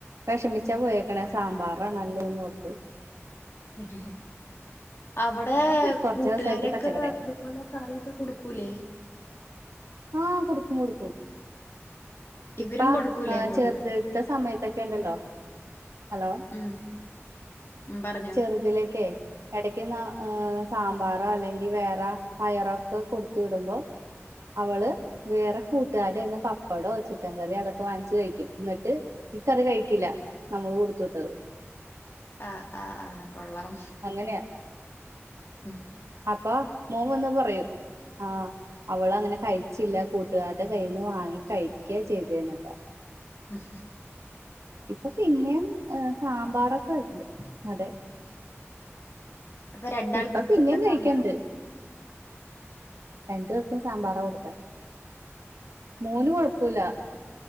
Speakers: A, on the right; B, on the left.
A: വിഷമിച്ചാ പോയക്കണെ സാമ്പാറാണല്ലോന്ന് ഓർത്ത്
B: ഉ അവിടെ
A: കുറച്ച്
B: കൂട്ടുകാരൊക്കെ
A: ദിവസമായിട്ട് പച്ചക്കറിയാ
B: ഇതുപോലെ കറിഒക്കെ കൊടുക്കൂലേ
A: ആഹ കൊടുക്കും കൊടുക്കും
B: ഇവരും
A: ഇപ്പ
B: കൊടുക്കൂലേ
A: ആ
B: അങ്ങോട്ട്
A: ചെറുതട്ട സമയത്തൊക്കെ ക്കേണ്ടല്ലോ ഹലോ
B: ഉം ഉം പറഞ്ഞോ
A: ചെറുതിലേക്കേ ഇടക്ക്ന് സാമ്പാറോ അല്ലെങ്കിൽ വേറെ പയറൊക്കെ കൊടുത്ത് വിടുമ്പോ അവള് വേറെ കൂട്ടുകാരയ്യിന്ന് പപ്പടമോ വെച്ചി ചക്കൻ കറി അതൊക്കെ വാങ്ങിച്ച്ച് കഴിക്കും എന്നിട്ട് കഴിക്കില്ല നമ്മള് കൊടു ട്ടത്
B: ആഹ ആഹ് ആ് കൊള്ളാം
A: അങ്ങനെയാ
B: ഉ
A: അപ്പാ മോൻ വന്ന് പറയും ആഹ് അവള് അങ്ങനെ കഴിച്ചില്ല കൂട്ടുകാരുടെ കയ്യിന്ന് വാങ്ങി കഴിക്കുക ചെയ്തേന്നെക്കെ
B: ഉ <inaudible>
A: ഇപ്പൊ പിന്നെയും സാമ്പാർ കഴിക്കും അതെ
B: അപ്പൊ രണ്ടാൾക്കും
A: ഇപ്പം
B: ഇഷ്ടല്ല
A: പിന്നേം
B: സാമ്പാറ്
A: കഴിക്കണ്ട് രണ്ടു പേർക്കും സാമ്പാറാ കൊടുത്തെ മോന് കൊഴപ്പുല്ല